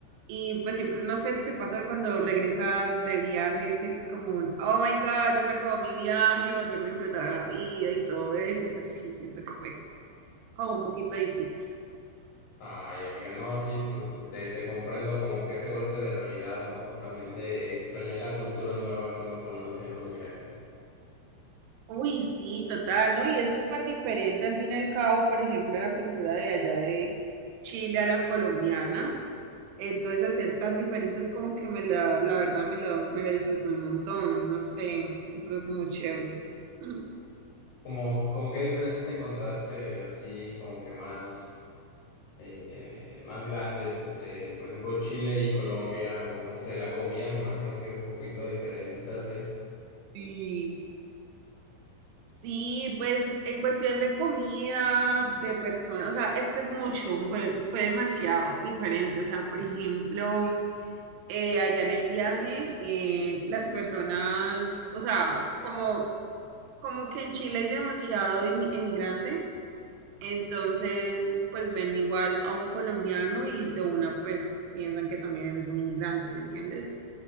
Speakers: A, on the right; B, on the left.
A: y pues siempre no sé si te pasa cuando regresas de viaje, sientes como un, oh my God, ya se acabó mi viaje, volverme a enfrentar a la vida y todo eso, y pues sí, siento que fue como un poquito difícil.
B: Ay, amiga, no, sí, mm, te, te comprendo como que ese golpe de realidad, ¿no? También de extrañar la cultura nueva que uno conoce en los viajes.
A: Uy, sí, total, ¿no? Y es súper diferente al fin y al cabo, por ejemplo, la cultura de allá de Chile a la colombiana. Entonces, al ser tan diferentes, como que me la, la verdad me la, me la disfruto un montón, no sé, siempre como chévere. ¿no? Ujú.
B: Como, como qué diferencias encontraste así, como que más, eh, más grandes entre, por ejemplo, Chile y Colombia, o no sé, la comida me imagino que es un poquito diferente tal vez.
A: Sí, Sí, pues en cuestión de comida, de personas, o sea, es que es mucho, fue, fue demasiado diferente. O sea, por ejemplo, eh, allá en el viaje, eh, las personas, o sea, como Como que en Chile hay demasiado inmi- emigrante, entonces pues ven igual a un colombiano y de una pues piensan que también eres un inmigrante, ¿me entiendes?